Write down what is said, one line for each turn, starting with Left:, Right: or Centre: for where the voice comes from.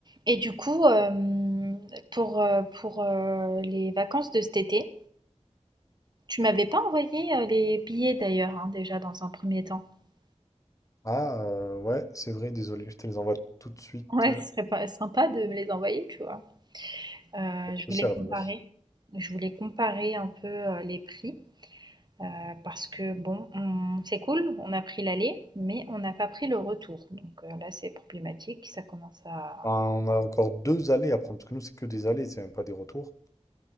Right: Et du coup, euh, pour, euh, pour euh, les vacances de cet été, tu m'avais pas envoyé euh, les billets d'ailleurs, hein, déjà dans un premier temps. <laughs>
Left: Ah, euh, ouais, c'est vrai, désolé, je te les envoie tout de suite
Right: Ouais,
Left: euh,
Right: ce serait pas sympa de me les envoyer, tu vois. Euh,
Left: pour
Right: je
Left: te
Right: voulais
Left: servir.
Right: comparer. Je voulais comparer un peu euh, les prix euh, parce que bon, on- c'est cool, on a pris l'aller, mais on n'a pas pris le retour. Donc euh, là, c'est problématique. Ça commence à.
Left: Enfin, on a encore deux allées à prendre, parce que nous, c'est que des allées, c'est même pas des retours.